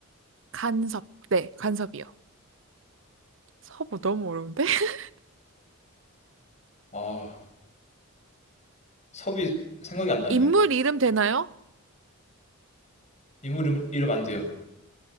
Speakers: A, on the right; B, on the left.
A: 간섭. 네, 간섭이요. 서부 너무 어려운데? <laughs>
B: 섭섭아섭 섭이 생각이 안 나네요.
A: 인물 이름 되나요?
B: 인물 이름, 이름 안 돼요.